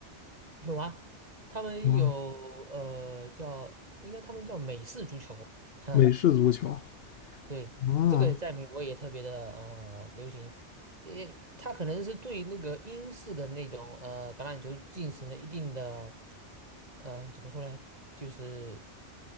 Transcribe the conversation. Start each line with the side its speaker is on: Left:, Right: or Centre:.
Right: 有啊，他们有呃叫，
Left: 嗯，
Right: 应该他们叫美式足球，哈，
Left: 美式足球。
Right: 对，
Left: 哦，
Right: 这个在嗯美国也特别的呃流行，也他可能是对那个英式的那种呃橄榄球进行了一定的呃怎么说呢，就是